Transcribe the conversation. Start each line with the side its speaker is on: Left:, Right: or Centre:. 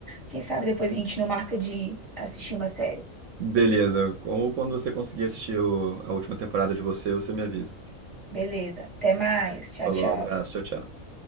Centre: Quem sabe depois a gente não marca de assistir uma série.
Right: Beleza, ou quando você conseguir assistir o- a última temporada de você, você me avisa.
Centre: Beleza, até mais. Tchau,
Right: Falou,
Centre: tchau.
Right: abraço, tchau, tchau.